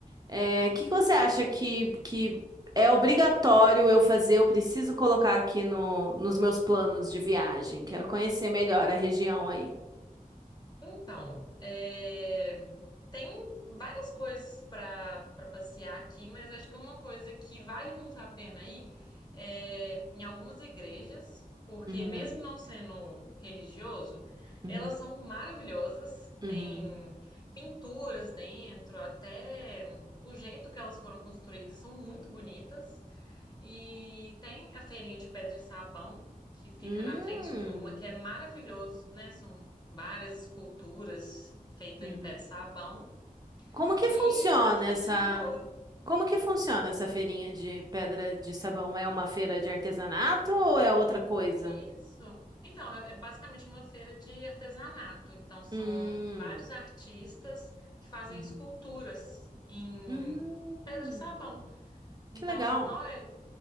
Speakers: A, on the right (about 25°); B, on the left (about 30°).
A: É, o que que você acha que, que é obrigatório eu fazer? Eu preciso colocar aqui no, nos meus planos de viagem. Quero conhecer melhor a região aí.
B: Então, é, tem várias coisas para para passear aqui, mas acho que uma coisa que vale muito a pena ir é em algumas igrejas, porque
A: Uhum,
B: mesmo não sendo religioso,
A: uhum,
B: elas são maravilhosas,
A: uhum.
B: tem pinturas dentro, até o jeito que elas foram construídas são muito bonitas. E tem a feirinha de pedra e sabão, que fica
A: Hum,
B: na frente de uma, que é maravilhoso, né? várias esculturas feitas
A: uhum.
B: em pé de sabão
A: Como que
B: e
A: funciona
B: nas minas
A: essa?
B: de ouro.
A: Como que funciona essa feirinha de pedra de sabão? É uma feira de artesanato ou é outra coisa?
B: Isso. Então, é é basicamente uma feira de artesanato. Então, são
A: Hum,
B: vários artistas que fazem
A: uhum.
B: esculturas em
A: Hum,
B: pedra e sabão. Então,
A: que legal.
B: não é